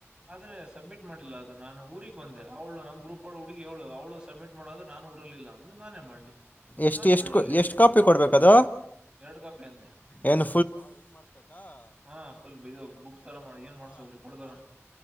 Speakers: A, on the right; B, on the left.
A: ಆದ್ರೆ ಸಬ್ಮಿಟ್ ಮಾಡಿಲ್ಲ ಅದು ನಾನ ಊರಿಗೆ ಬಂದೆ ಅವಳ ನಮ್ಮ ಗ್ರೂಪ್ ಹುಗಿ ಅವಳು ಅವಳು ಸಬ್ಮಿಟ್ ಮಾಡದ್ ನಾನು ಉಊರಲಿಲ್ಲ ಅ ನಾನೇ ಮಾಡ್ಲಿ
B: ಎಷ್ಟು
A: ನಾನು
B: ಎಷ್ಟು
A: ಊರಲ್ಲಿಲ್ಲ
B: ಎಷ್ಟು ಕಾಪಿ ಕೊಡ್ಬೇಕದ
A: ಎರಡ್ ಕಾಪಿ ಅಂತೆ
B: ಏನ್
A: ಹಾ ಫುಲ್ದು ಬುಕ್ ಥರ ಮಾಡಿ ಏನು ಮಾಡ್ಿಸಬೇಕಕ್ು ರಿಪೋರ್ಟ್್ದಾರ